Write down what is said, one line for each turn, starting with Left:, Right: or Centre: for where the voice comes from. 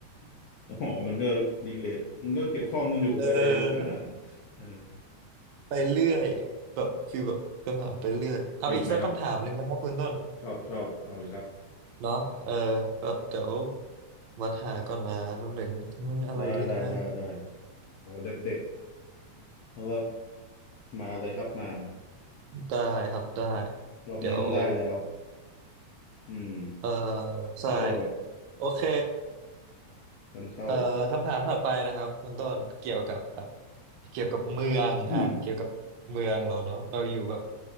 Left: ๆอ๋อมันก็รีเลทมันก็เกี่ยวข้องกันอยู่ใบแดงทหารเออ
Right: เออ ไปเรื่อยแบบฟีลแบบคำถามไปเรื่อยเอาอีกสักคำถามหนึ่งไหมครับคุณต้น
Left: มีอีกไหมครับชอบชอบเอาเลยครับ
Right: เนาะเออแบบเดี๋ยววัดหาก่อนนะแป๊บหนึ่งอืมอะไรดีนะ
Left: ได้ได้ได้ได้โอ้เด็ดเด็ดเพราะว่ามาเลยครับมา
Right: ได้ครับได้
Left: รอบนี้ต้องได้แล้ว
Right: เดี๋ยว
Left: อืม
Right: เออใช่
Left: คิดว่าแบบ
Right: โอเค
Left: เริ่มเข้า
Right: เอ่อคำถามถัดไปนะครับคุณต้นเกี่ยวกับแบบเกี่ยวกับเมืองอ่ะเกี่ยวกับเมืองเราเนาะเราอยู่แบบ
Left: <coughs>